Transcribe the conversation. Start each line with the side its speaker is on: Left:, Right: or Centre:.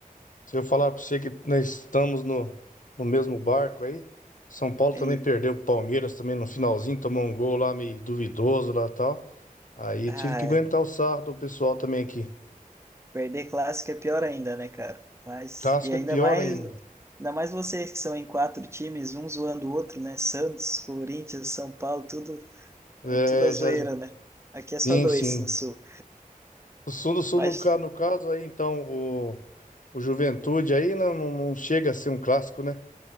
Left: se eu falar pra você que nós estamos no, no mesmo barco aí, São Paulo
Right: Aí,
Left: também perdeu pro Palmeiras também no finalzinho, tomou um gol lá meio duvidoso lá e tal. Aí
Right: ah,
Left: tive que aguentar o sarro do pessoal também aqui.
Right: perder clássico é pior ainda, né, cara? Mas
Left: Casca
Right: e ainda
Left: é pior
Right: mais,
Left: ainda.
Right: ainda mais vocês que são em quatro times, um zoando o outro, né? Santos, Corinthians, São Paulo, tudo,
Left: É,
Right: tudo a zoeira,
Left: já, já-
Right: né? Aqui é só
Left: Sim,
Right: dois
Left: sim.
Right: no sul.
Left: O Sul do Sul,
Right: Mas
Left: no, ca- no caso aí, então, o, o Juventude aí não, não não chega a ser um clássico, né?